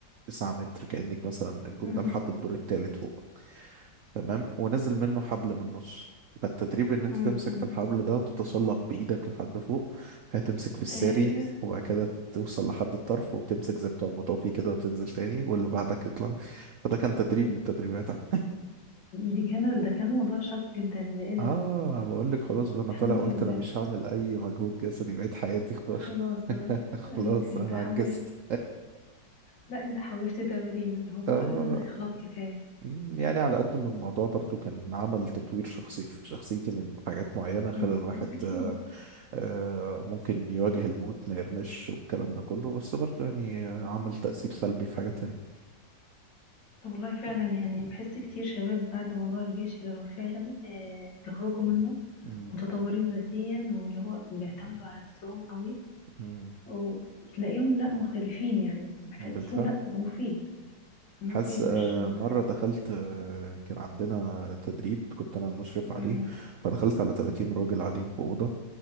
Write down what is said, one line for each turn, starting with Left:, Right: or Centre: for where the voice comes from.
Right: 9 متر كأنك مثلا الجون
Left: أمم.
Right: ده لحد الدور التالت فوق تمام ونزل منه حبل من النص فالتدريب ان انت
Left: أمم.
Right: تمسك في الحبل ده وتتسلق بايدك لحد فوق وبعد كده تمسك في الساري
Left: إيه.
Right: وبعد كده توصل لحد الطرف وتمسك زي بتوع المطافي كده وتنزل تاني واللي بعدك يطلع فده كان تدريب من التدريبات <laughs>
Left: دي كان ده كان موضوع شاق جدا ده ايه ده
Right: اه بقول لك خلاص بقى انا
Left: الحمد
Right: طالع قلت
Left: لله
Right: انا مش هعمل اي مجهود جسدي بقيت حياتي خلاص
Left: خلاص بقى
Right: <laughs> خلاص
Left: إن- انت
Right: انا
Left: حوشت
Right: عجزت
Left: لا انت حوشت تمارين اللي هو فكرت
Right: اه
Left: نفسك خلاص كفاية
Right: مم، يعني على قد ما الموضوع برضو كان عمل تطوير شخصي في شخصيتي من حاجات معينة خلى
Left: أمم.
Right: الواحد
Left: اكيد
Right: آه، ممكن يواجه الموت ما يرمش والكلام ده كله بس برضه يعني آه، عمل تأثير سلبي في حاجات تانية
Left: طب والله فعلا يعني بحس كتير شباب بعد موضوع الجيش اللي هو فعلا آه بيخرجوا منه
Right: مم،
Left: متطورين ذاتيا واللي هو بيعتمدوا على نفسهم قوي
Right: مم،
Left: وتلاقيهم لا مختلفين يعني بحسه
Right: بالفعل
Left: لا مفيد مفيد
Right: حاسس
Left: مش
Right: آه،
Left: مضر
Right: مرة دخلت آه، كان عندنا تدريب كنت أنا المشرف عليه
Left: أمم،
Right: فدخلت على 30 راجل قاعدين في أوضة